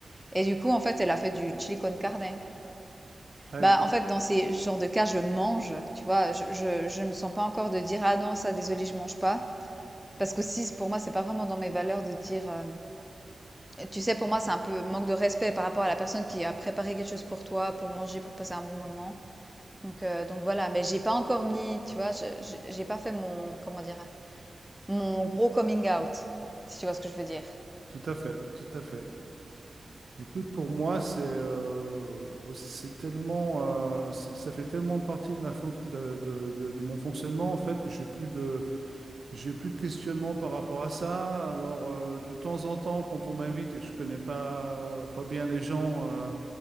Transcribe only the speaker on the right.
Aïe,
tout à fait, tout à fait. Écoute, pour moi, c'est euh, c'est tellement, euh, ça ça fait tellement partie de ma fonc- de, de- de- de mon fonctionnement en fait que j'ai plus de J'ai plus de questionnement par rapport à ça. Alors, euh, de temps en temps, quand on m'invite et que je connais pas, pas bien les gens, euh,